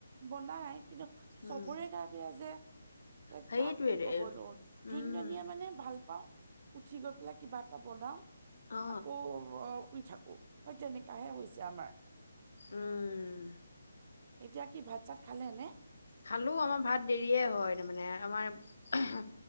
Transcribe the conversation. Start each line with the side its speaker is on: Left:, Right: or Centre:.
Right: বনায়, কিন্তু
Left: উম।
Right: চবৰে গা বেয়া যে তে
Left: সেইটোৱে
Right: কাক কি ক'ব নো? যোনজনীয়ে
Left: উম
Right: মানে ভাল পাওঁ উঠি গৈ পেলাই কিবা এটা বনাওঁ।
Left: অ
Right: আকৌ অ'- শুই থাকোঁ। অ' তেনেকাহে হৈছে আমাৰ।
Left: উম।
Right: এতিয়া কি ভাত-চাত খালে নে?
Left: খালো। আমাৰ ভাত দেৰিয়ে হয়, তাৰমানে আমাৰ